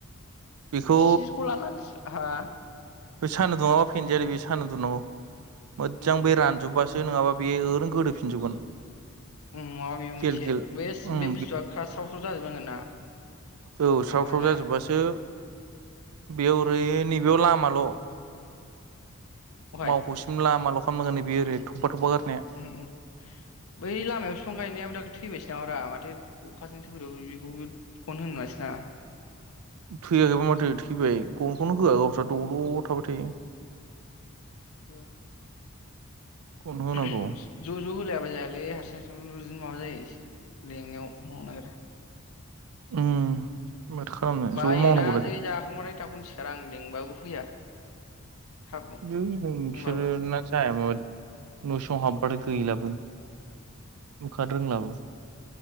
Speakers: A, on the right (about 80°); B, on the left (about 80°).
A: बेखौ
B: बिसिरखौ लानानै हा।
A: बे सानदुं दुङाबा फेनजायालै बे सान्दुं दुंनांगौ मोज्जां
B: उम
A: बे
B: उम
A: रानजुब्बासो नङाबा बेयो ओरैनो गोदोफिनजोबगोन।
B: उ माबा बेबो मोनसे
A: गेल गेल
B: बे
A: उम
B: बे बुस्थुआ क्लासावस' जाजोबनांगोन ना
A: औ
B: नङाबा
A: स्राव स्राव
B: जाया
A: जाजोब्बासो बेयाव ओरै नैबेयाव लामाल'
B: अहाय
A: मावख'से ओम लामाल' खामनांगोन नै बेयो ओरै थपा थपा गारनाया।
B: <inaudible> बै लामायाव बिफां गायनायाबो दा थैबायसो नामा ब्रा माथो अखाजोंसो बोरैबा बोरैबिखौबो <unintelligible>
A: थैयाखैबा माथो थैबाय गनखौनो होआ गावस्रा दल' थाबाय थायो।
B: उम।
A: गन होनांगौ
B: <inaudible> ज' ज' होलायाबा जायालै हारसिं हारसिं <unintelligible> माबा जायो लेंनायाव मावनो नागिरा।
A: उम। माथो खालामनो।
B: बायोना
A: ज' मावनांगौ रा
B: जै जाखांबाथाय थाबखोनो सिखारा आं लिंबाबो फैया। थाब
A: है नोंसोरना
B: होनबाबो
A: जाया माबा न' सिङाव हाबबाथाय गैलाबो। ओंखारनो रोंलाबो।